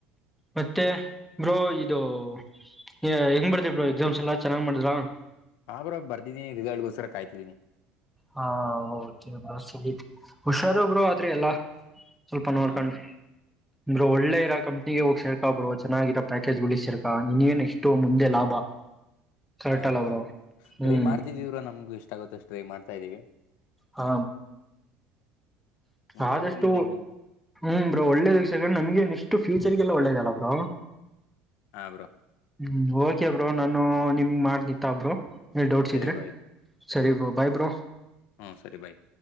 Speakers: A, in the centre; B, on the left.
A: ಮತ್ತೆ ಬ್ರೋ ಇದು ಹೆಂಗ್ ಬರ್ತ್ ಬ್ರೋ ಎಕ್ಸಾಮ್ಸ್ ಎಲ್ಲಾ ಚೆನ್ನಾಗ್ ಮಾಡಿದ್ರ
B: ಹಾ ಬ್ರ ಬರ್ದೀನ ರಿಸಲ್ಟ್ಗೋಸ್ಕರ ಕಾಯ್ತೀನಿ
A: ಹಾ ಹೌದ ಬ ಸರಿ ಹುಷಾರ ಒಬ್ರು ಆದ್ರೆ ಎಲ್ಲಾ ಸ್ವಲ್ಪ ನೋಡ್ಕೊಂಡಿ
B: ಹಾ ಬ್ರೋ.
A: ನಂದರು ಒಳ್ಳೆ ಇರೋ ಕಂಪ್ನಿಗೆ ಹೋಗ್ ಸರ್ಕಬ್ರು ಚೆನ್ನಾಗಿರೋ ಪ್ಯಾಕೇಜ್ ಗುಸ್ರ್ಕಾ ನಿನ್ಗೇನ್ ಎಷ್ಟು ಮುಂದೆ ಲಾಭ <inaudible> ಕರೆಕ್ಟ್ ಅಲ್ಲ
B: ಹ್ರ
A: ಬ್ರೋ ಹ್ಮ್
B: ಟ್ರೈ ಮಾಡ್ತಿದೀವ್ರ ನಮ್ಗು ಇಷ್ಟಾಗುತ್ತ ಅಷ್ಟು ಟ್ರೈ ಮಾಡ್ತಾ ಇದ್ದೀವಿ
A: ಹಾ
B: ನೋಡ್ಬೇಕ್
A: ಆದಷ್ಟು
B: ಬ್ರೋ ಮುಂದೆ ಹೆಂಗೆ ಅಂತ.
A: ಹ್ಮ್ ಬ್ರೋ ಒಳ್ಳೇದ ವಕ್ಷ ನಮಗೆ ಇಷ್ಟ ಫ್ಯೂಚರ್ಗೆಲ್ಲ ಒಳ್ಳೇದ ಅಲ್ಲ ಬ್ರೋ
B: ಹಾ ಬ್ರೋ
A: ಹ್ಮ್ ಓಕೆಬ್ರೋ ನಾನು ನಿಮ್ ಮಾಡನಿತ್ತ ಅಬ್ರೋ ಎಲ್ ಡೌಟ್ಸ್
B: ಸರಿ
A: ಇದ್ರೆ
B: ಬ್ರೋ
A: ಸರಿ ಬ್ರೋ ಬಾಯ್ ಬ್ರೋ
B: ಹಾ ಸರಿ ಬಾಯ್